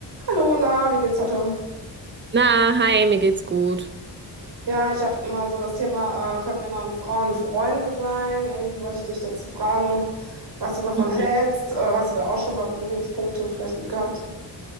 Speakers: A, on the right (about 70°); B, on the right (about 25°).
A: Hallo, na, wie geht's heute?
B: Na, hi, mir geht's gut.
A: Ja, ich habe mal so das Thema, äh, können Männer und Frauen Freunde sein? Irgendwie wollte ich dich dazu fragen, was du davon
B: Mhm.
A: hältst. Äh, hast du da auch schon mal Berührungspunkte vielleicht mit gehabt?